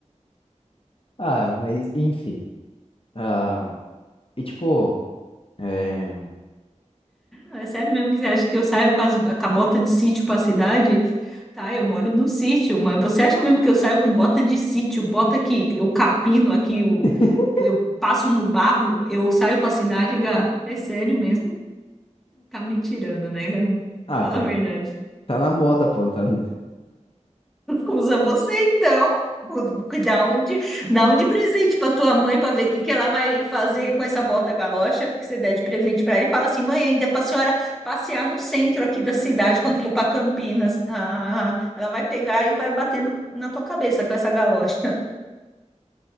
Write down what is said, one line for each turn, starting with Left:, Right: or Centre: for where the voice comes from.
Left: Ah, mas enfim. Ah, e tipo, é,
Centre: É sério mesmo que você acha que eu saio com, as, com a bota de sítio para a cidade? Tá, eu moro no sítio, mas você acha mesmo que eu saio com bota de sítio? Bota que eu capino aqui, o
Left: <laughs>
Centre: eu passo no barro, eu saio para a cidade, Gá. É sério mesmo? Tá me tirando, né, Gá?
Left: Ah,
Centre: Fala
Left: tá,
Centre: a verdade.
Left: na- tá na moda, pô, não tá... no-
Centre: Usa você então. Dá um de, dá um de presente para tua mãe para ver o que, que ela vai fazer com essa bota galocha que você der de presente para ele. Fala assim, mãe, ainda é para a senhora passear no centro aqui da cidade quando for para Campinas. Ah, ela vai pegar e vai batendo na tua cabeça com essa galocha.